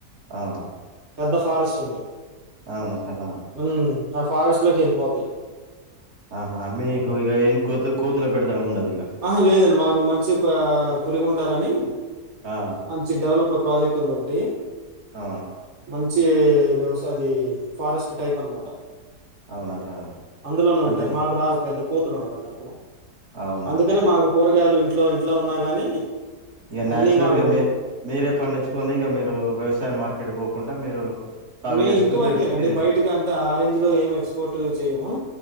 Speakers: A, on the right; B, on the right.
A: ఆ
B: పెద్ద ఫారెస్ట్ ఉంది
A: అవును కదా
B: ఉ ఆ ఫారెస్ట్ లోకి ఎళ్ళిపోతయి
A: ఆహా మీకు ఇగ ఏం కోతు కోతుల బెడద ఉండదు ఇగ
B: ఆహ లేదండి మాకు మంచి పా పులిగుండాలని
A: ఆ!
B: మంచి డెవలప్డ్ ప్రాజెక్ట్ ఉందొకటి
A: ఆ!
B: మంచి వ్యవసాయది ఫారెస్ట్ టైప్ అనమాట
A: అవునా సార్?
B: అందులోనే
A: అంటే
B: ఉంటాయి మాకు రావు పెద్ద కోతులు ఉండవాన్న అక్కడ
A: అవునా
B: అందుకనే
A: సార్?
B: మాకు కూరగాయలు ఇంట్లో ఇంట్లో ఉన్నా గాని
A: ఇగా
B: అన్నీ
A: న్యాచురల్గా
B: మాకు
A: మీ మీరే పండించుకొని ఇగా మీరు వ్యవసాయ మార్కెట్ పోకుండా మీరు సాగు
B: మే
A: చేసుకొని
B: ఇంటి వరకేనండి
A: మీరు తినేస్త
B: బయటకి అంతా ఆరేంజ్ లో ఏం ఎక్స్పోర్ట్ చేయ్యము